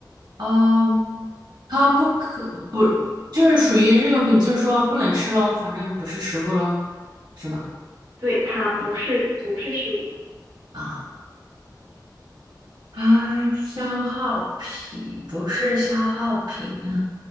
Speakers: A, on the right (about 70°); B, on the right (about 85°).
A: 啊。它不可不就是属于日用品，就是说不能吃咯，反正不是食物咯，是吧？
B: 对，它不是不是食物，
A: 啊。啊，消耗品不是消耗品啊，